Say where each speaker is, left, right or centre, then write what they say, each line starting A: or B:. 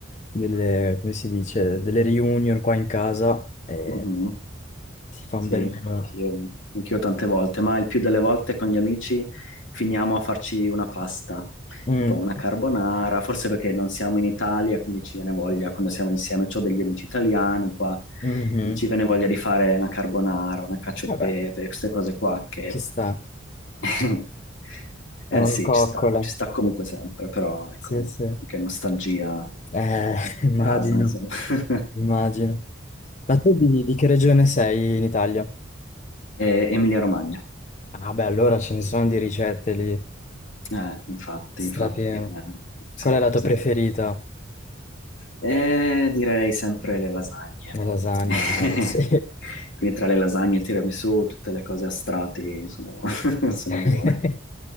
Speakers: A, on the left; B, on the left.
A: delle, come si dice, delle reunion qua in casa e
B: Mm-hmm.
A: si fa un
B: Sì,
A: bel menù.
B: anch'io anch'io tante volte, ma il più delle volte con gli amici finiamo a farci una pasta,
A: Mm,
B: tipo una carbonara, forse perché non siamo in Italia, quindi ci viene voglia quando siamo insieme. Ho degli amici italiani qua,
A: mhm.
B: e ci viene voglia di fare una carbonara, una cacio
A: Vabbè,
B: e pepe, queste cose qua che...
A: ci sta.
B: <laughs>
A: È
B: Eh
A: una
B: sì,
A: coccola.
B: ci sta, ci sta comunque sempre, però ecco,
A: Sì, sì.
B: che nostalgia
A: Eh,
B: di
A: <laughs> immagino,
B: casa, insomma. <laughs>
A: immagino. Ma tu di, di che regione sei in Italia?
B: E- Emilia Romagna.
A: Ah, beh, allora ce ne sono di ricette lì,
B: Eh, infatti,
A: strapieno.
B: infatti, eh, sì,
A: Qual è la tua
B: sì.
A: preferita?
B: Eh, direi sempre le lasagne.
A: Le lasagne.
B: <laughs>
A: Eh, sì.
B: Quindi tra le lasagne, il tiramisù, tutte le cose a strati sono, <laughs> sono
A: <laughs>
B: buone.